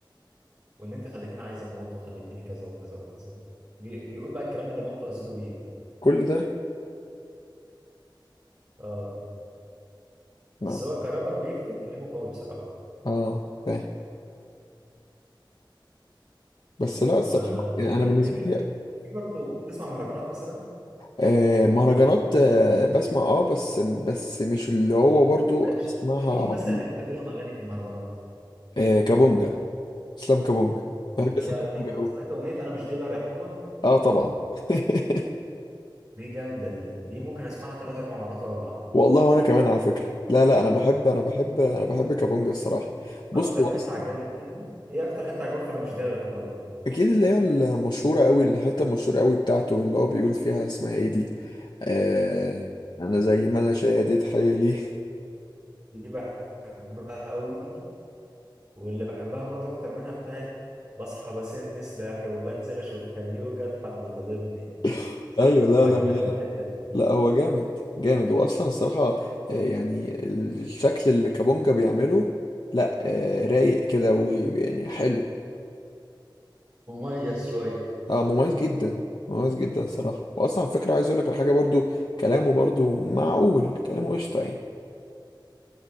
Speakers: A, on the right; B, on the left.
A: وان انت خليتيني عايز اموت وخليتيني كذا وكذا وكذا بي... بيقول بقى الكلام اللي مامته اذيته بيه
B: كل ده
A: اه
B: نعم
A: بس هو كرابر بيكتب كلامه قوي بصراحه
B: اه فاهم بس لا الصراحة
A: وبتحب
B: يعني أنا بالنسبة
A: ايه كده؟
B: لي
A: في برضه بتسمع مهرجانات مثلا
B: آه، مهرجانات آه، بسمع اه بس بس مش اللي هو برضو
A: ماشي
B: اسمعها
A: مين
B: على
A: مثلا
B: طول
A: اللي بتحب لهم اغاني في المهرجانات
B: آه، كابونجا اسلام كابونجا
A: طب مين
B: بحب
A: بقى
B: اسلام
A: ليه اغاني
B: كابونجا
A: جامده
B: قوي
A: سمعت اغنيه انا مش ديلر يا حكومه
B: اه طبعا <laughs>
A: دي جامده دي دي ممكن اسمعها ثلاث اربع مرات ورا بعض
B: والله وانا كمان على فكره لا لا انا بحب انا بحب انا بحب كابونجا الصراحه بص
A: اكتر
B: هو أصلاً
A: حته عجباني فيها ايه اكتر حته عجباني في انا مش ديلر يا حكومه دي
B: اكيد اللي هي المشهوره قوي الحته المشهوره قوي بتاعته اللي هو بيقول فيها اسمها ايه دي آه انا زي ما انا شادد حيلي
A: دي بحبها قوي واللي بحبها برضه اكتر منها بتاعت بصحى بسن سلاحي وبنزل اشوف هل يوجد حد طالبني
B: <laughs> ايوه
A: ع-
B: لا
A: عجباني
B: لا لا
A: قوي الحته دي
B: لا هو جامد جامد هو اصلا الصراحه آه، يعني الشكل اللي كابونجا بيعمله لا آه، رايق كده ويعني حلو
A: مميز شوية
B: اه مميز جدا مميز جدا صراحه واصلا على فكره عايز اقول لك على حاجه برضو كلامه برضو معقول كلامه قشطه يعني